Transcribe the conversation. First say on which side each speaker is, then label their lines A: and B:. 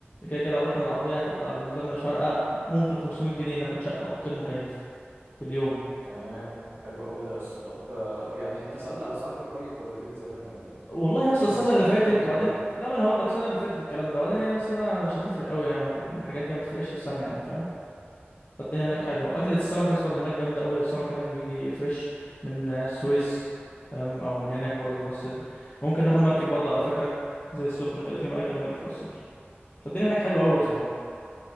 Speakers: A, on the left; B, on the right.
A: كده كده لو رحنا بالعربيه هتبقى بالنسبه لنا مش فارقه ممكن 500 جنيه ناخد شقه اوضتين مكيف في اليوم
B: تمام حلو قوي ده يسطا طب آه، يعني انت سألت على الاسعار دي قريب ولا دي من زمان ولا ايه
A: والله يا اسطى
B: عشان
A: السنه
B: الاسعار
A: اللي
B: ممكن
A: فاتت
B: تكون اتغيرت
A: وبعدين لا ما انا هقول لك السنه اللي فاتت الكلام ده وبعدين هي السنه مش هتفرق قوي يعني ما- الحاجات دي ما بتفرقش في سنه يعني فاهم فالدنيا
B: تمام
A: هناك حلوه
B: تمام
A: اكله السمك يا اسطى من هناك جامده قوي السمك هناك بيجي فريش من آه، السويس فاهم او من هناك برضه من راس سدر ممكن ناخد مركب برضه على فكره زي السخنه كده في مركب هناك في راس سدر فالدنيا هناك حلوه قوي
B: تمام
A: يا اسطى